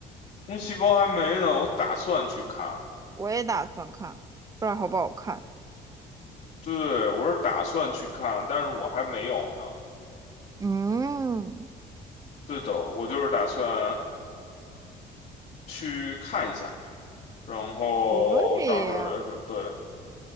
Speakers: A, on the left; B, on the right.
A: 红细胞还没呢，我打算去看。
B: 我也打算看，不知道好不好看。
A: 对，我是打算去看，但是我还没有呢。
B: 嗯，
A: 对的，我就是打算去看一下，然后到时候再说。
B: 可以。
A: 对，